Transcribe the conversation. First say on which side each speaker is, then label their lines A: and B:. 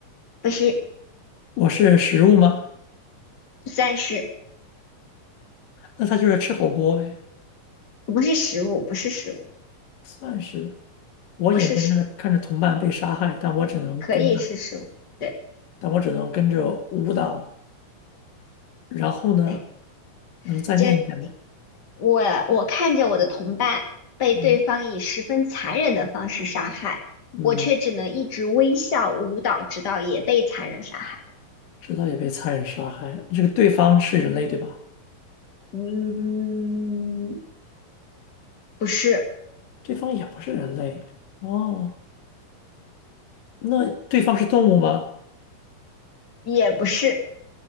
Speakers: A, on the left; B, on the left.
A: 不是。
B: 我是食物吗？
A: 算是
B: 那它就是吃火锅呗，
A: 不是食物，不是食物，
B: 算是。我眼睁睁的看着同伴被杀害，
A: 不是食物，
B: 但我只能跟着。
A: 可以是食物。对
B: 但我只能跟着舞蹈。然后呢，
A: 对，
B: 能再念一遍吗？
A: 这我我看着我的同伴被对方以十分残忍的方式杀害，
B: 嗯嗯，
A: 我却只能一直微笑舞蹈，直到也被残忍杀害。
B: 直到也被残忍杀害。这个对方是人类对吧？
A: 嗯，不是，
B: 对方也不是人类。哦，那对方是动物吗？
A: 也不是，